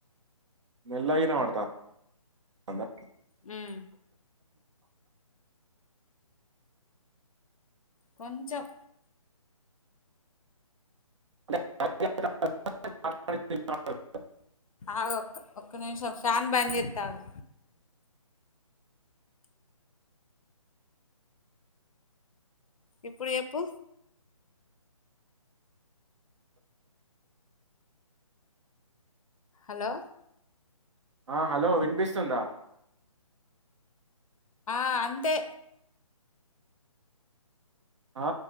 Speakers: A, on the right; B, on the left.
A: మెల్లగా ఇనవడుత వుందా
B: ఉమ్ కొంచం
A: <inaudible>
B: ఆగు ఒక్క ఒక్క నిమిషం ఫ్యాన్ బంజెత్తాగు ఇప్పుడు ఎప్పు హలో
A: ఆ హలో వినిపిస్తుందా
B: ఆ అంతే
A: ఆ